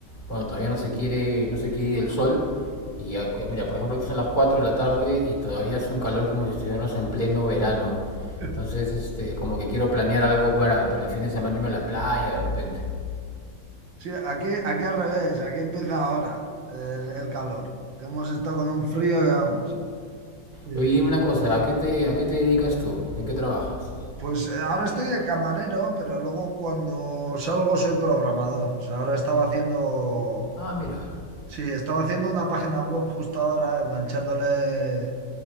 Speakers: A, on the left; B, on the right.
A: bueno, todavía no se quiere, no se quiere ir el sol. Y ya- mira, por ejemplo, ahorita son las 4 de la tarde y todavía hace un calor como si estuviéramos en pleno verano.
B: <laughs>
A: Entonces, este, como que quiero planear algo para, para el fin de semana irme a la playa de repente.
B: Sí, aquí, aquí al revés, aquí empieza ahora el, el calor. Que hemos estado con un frío que vamos. Y,
A: Oye, dime una cosa, ¿a qué te, a qué te dedicas tú? ¿En qué trabajas?
B: pues eh, ahora estoy de camarero, pero luego cuando salgo soy programador. O sea, ahora estaba haciendo
A: Ah, mira.
B: Sí, estaba haciendo una página web justo ahora, enganchándole,